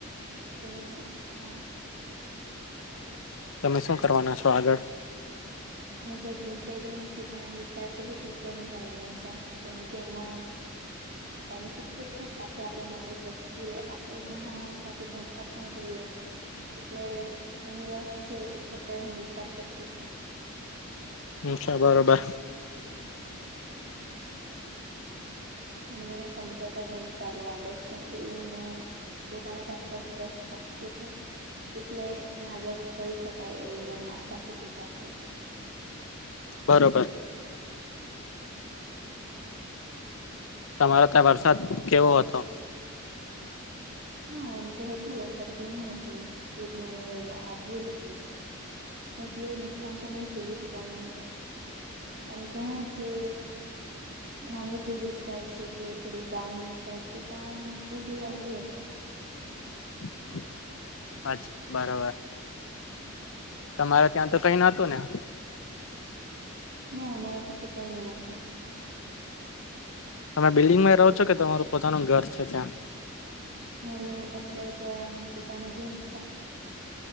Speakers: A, on the right; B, on the left.
A: ઓહ અચ્છા
B: તમે શું કરવાના છો આગળ?
A: મેં તો હજી વિચાર્યું નથી પણ એમ વિચાર છે કે ટીચરની લાઈનમાં જાવ કેમ કે એમાં બેનિફિટ તો છે જ સાથે આપણું નોલેજ વધતું રે આપણે ભણાવવાની સાથે ભણતા પણ રહીએ એટલે મને રસ છે એ અત્યારે હું વિચાર કરતી છે.
B: એવું છે બરોબર
A: એ અને મને સમજાવતા ઘણું સારું આવડે છે એવું મેં પોતાના જાત પર ટ્રસ્ટ રાખતી છે. એટલે મેં આગળ કરી શકાય એવું મને આશા છે પોતાથી
B: બરોબર તમારે તા વરસાદ કેવો હતો
A: હા એમ તો હતું વરસાદ ઘણું હતું પૂરને આવ્યું હતું પણ એટલું નુકસાન તો નહી થયું પણ એમ ઘણા જે ગામડું થોડુંક વિસ્તાર છે કે થોડુંક ડાઉન વિસ્તાર છે ત્યાં એમ પુર જેવુ આવ્યુ હતુ.
B: <unintelligible> બરોબર તમારે ત્યાં તો કઈ નતું ને
A: ના અમારા તો તો કઈ નતુ
B: તમે બિલ્ડિંગ માં રહો છો કે તમારું પોતાનું ઘર છે ત્યાં
A: મારું અત્યારે તો એમ પોતાનું ઘર છે.